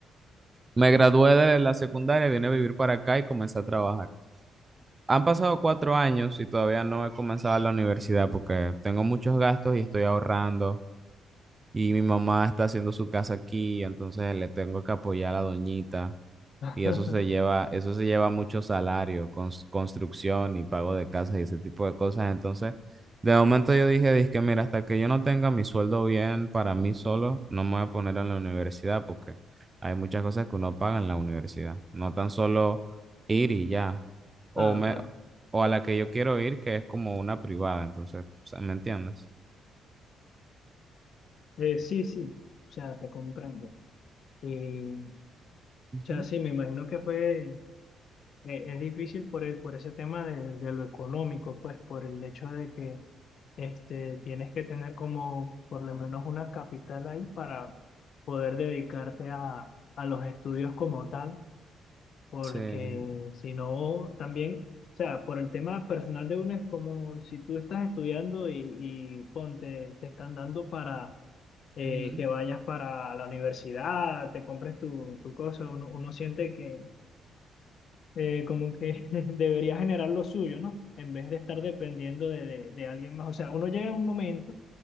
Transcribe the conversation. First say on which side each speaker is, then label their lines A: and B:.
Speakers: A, on the right (about 25°); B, on the left (about 60°).
A: me gradué de la secundaria, vine a vivir para acá y comencé a trabajar. Han pasado cuatro años y todavía no he comenzado la universidad porque tengo muchos gastos y estoy ahorrando Y mi mamá está haciendo su casa aquí, entonces le tengo que apoyar a la doñita.
B: <laughs>
A: Y eso se lleva, eso se lleva mucho salario, cons- construcción y pago de casa y ese tipo de cosas. Entonces, de momento yo dije, dije mira, hasta que yo no tenga mi sueldo bien para mí solo, no me voy a poner en la universidad porque hay muchas cosas que uno paga en la universidad. No tan solo ir y ya.
B: Claro,
A: O me,
B: claro.
A: o a la que yo quiero ir, que es como una privada. Entonces, o sea, ¿me entiendes?
B: Eh, sí, sí, o sea, te comprendo. Y, o
A: Ujú.
B: sea, sí, me imagino que fue, eh, es difícil por el, por ese tema de, de lo económico, pues, por el hecho de que este, tienes que tener como por lo menos una capital ahí para poder dedicarte a, a los estudios como tal, porque
A: Sí.
B: si no, también, o sea, por el tema personal de uno es como si tú estás estudiando y, y ponte, te están dando para eh,
A: Ujú.
B: que vayas para la universidad, te compres tu, tu cosa, uno, uno siente que eh, como que <laughs> debería generar lo suyo, ¿no? En vez de estar dependiendo de, de, de alguien más. O sea, uno llega a un momento